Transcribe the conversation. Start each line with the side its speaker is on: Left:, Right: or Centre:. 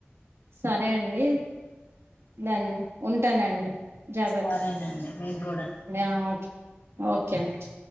Right: సరే అండి డన్ ఉంటానండి జాగ్రత్తగా
Left: సరేనండి
Right: ఉండ
Left: మీకు కూడా
Right: అవున ఓకే అండి